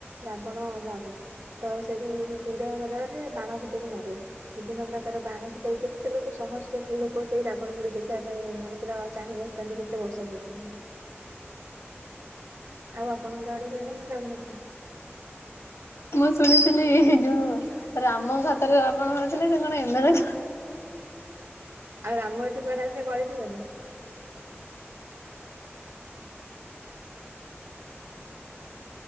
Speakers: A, on the right; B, on the left.
A: ରାବଣ ମରେ ତ ସେଠୁ ତୀର ବଦଳରେ ବାଣ ଫୁଟେଇକି ମରେ ବିଭିନ୍ନ ପ୍ରକାର ବାଣକୁ ଦେଇ କେତେ ଲୋକ ସହସ୍ର ଲୋକ ସେଇ ରାବଣ କୁ ଦେଖିବା ପାଇଁ ମାନେ ପୁରା ଚାହିଁ ବସିଥାନ୍ତି ତା ହେଲେ ଗୋଟେ ବର୍ଷ ପର୍ଯ୍ୟନ୍ତ ଆଉ ଆପଣଙ୍କ ଆଡ଼କୁ ହୁଏ ନା ନା ରାବଣପୋଡ଼ି
B: ମୁଁ ଶୁଣିଥିଲି ଏଇ ଯୋଉ ରାମ ଙ୍କ ହାତରେ ଆପଣ ଘରେ ଥିଲେ ସେ କଣ ଏମେ ଏଲେ
A: ଆଉ ରାମ ଏଠୁ କୁଆଡ଼େ ଆସିବେ ଗଳି ଯିବେନି